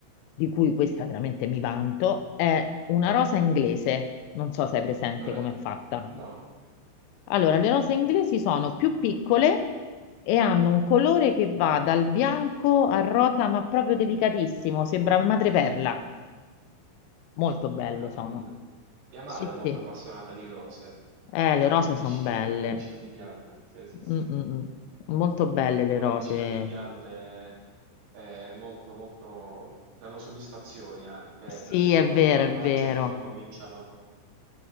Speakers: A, on the left; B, on the right.
A: di cui questa veramente mi vanto, è una rosa inglese. Non so se hai presente
B: eh?
A: com'è fatta.
B: No,
A: Allora, le rose inglesi sono più piccole e hanno un colore che va dal bianco al rosa, ma proprio delicatissimo, sembra madreperla. Molto belle
B: meraviglia.
A: sono.
B: Mia madre
A: Sì,
B: è molto
A: sì.
B: appassionata di rose.
A: Eh,
B: Ne
A: le
B: ha
A: rose
B: una decina,
A: sono belle.
B: una decina di piante. Sì, sì, sì.
A: Mm, mm, mm. Molto belle le
B: una
A: rose.
B: decina di piante è molto, molto, danno soddisfazioni anche,
A: Sì,
B: eh, perché
A: è
B: quando,
A: vero,
B: a maggio
A: è vero.
B: quando cominciano,